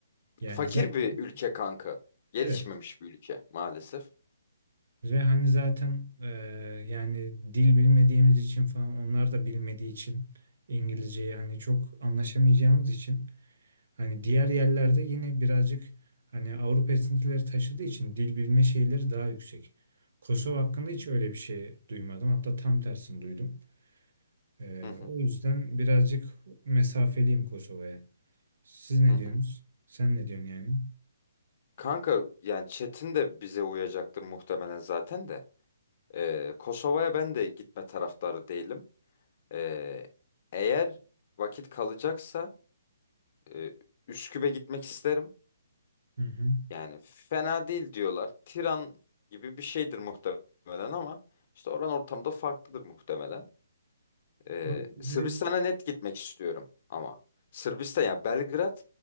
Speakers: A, on the right (about 55°); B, on the left (about 35°).
A: Yani
B: Fakir
A: zaten
B: bir ülke kanka. Gelişmemiş
A: evet
B: bir ülke maalesef.
A: ve hani zaten e, yani dil bilmediğimiz için falan onlar da bilmediği için İngilizceyi hani çok anlaşamayacağımız için Hani diğer yerlerde yine birazcık hani Avrupa esintileri taşıdığı için dil bilme şeyleri daha yüksek. Kosova hakkında hiç öyle bir şey duymadım. Hatta tam tersini duydum. Ee,
B: Hı hı.
A: o yüzden birazcık mesafeliyim Kosova'ya. Siz ne
B: Hı hı.
A: diyorsunuz? Sen ne diyorsun yani?
B: Kanka yani Çetin de bize uyacaktır muhtemelen zaten de. Ee, Kosova'ya ben de gitme taraftarı değilim. Ee, eğer vakit kalacaksa e, Üsküp'e gitmek isterim.
A: Hı hı.
B: Yani fena değil diyorlar. Tiran gibi bir şeydir muhtemelen ama işte oran ortamda farklıdır muhtemelen. Ee,
A: O
B: Sırbistan'a
A: ne
B: net gitmek istiyorum ama. Sırbistan ya Belgrad